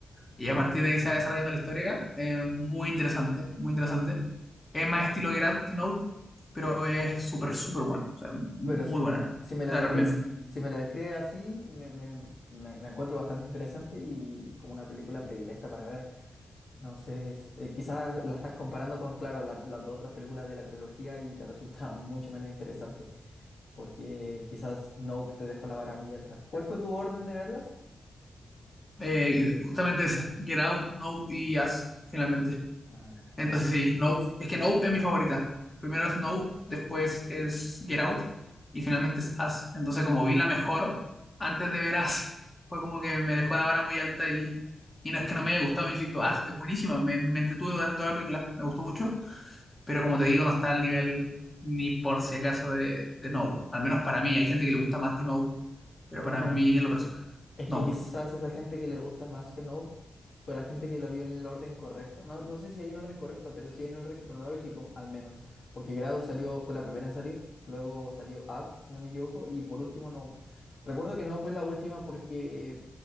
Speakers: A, on the left (about 20°); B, on the left (about 50°).
A: Y a
B: Mm,
A: partir de ahí se va desarrollando la historia. eh, muy interesante, muy interesante. Es más estilo Get Out que Nope, pero es súper, súper bueno. O sea, muy
B: Pero si,
A: buena.
B: si me la
A: Te
B: descri-
A: la recomiendo.
B: si me la describe así, me, me- me la encuentro bastante interesante y como una película predilecta para ver. No sé, es- eh, quizás la estás comparando con, claro, la- las dos otras películas de la trilogía y te <laughs> resulta mucho menos interesante. porque quizás Nope te dejó la vara muy alta. ¿Cuál fue tu orden de verlas?
A: Eh, justamente ese, Get Out, Nope y Us, finalmente.
B: Ah, ah, por
A: Entonces
B: eso.
A: sí, Nope. Es que Nope es mi favorita. Primero es Nope, después es Get Out y finalmente es Us. Entonces como vi la mejor antes de ver Us, fue como que me dejó la vara muy alta y, y no es que no me haya gustado, insisto, Us es buenísima, me, me entretuve durante toda la película, me gustó mucho, pero como te digo, no está al nivel ni por si acaso de, de Nope. Al menos para mí, hay gente que le gusta más que Nope, pero para
B: Mm.
A: mí en lo personal,
B: Es
A: Nope.
B: que quizás esa gente que le gusta más que Snow fue la gente que lo vio en el orden correcto. No, no sé si hay un orden correcto, pero sí hay un orden cronológico al menos. Porque Grado salió, fue la primera en salir, luego salió As, si no me equivoco, y por último Nope. Recuerdo que Nope fue la última porque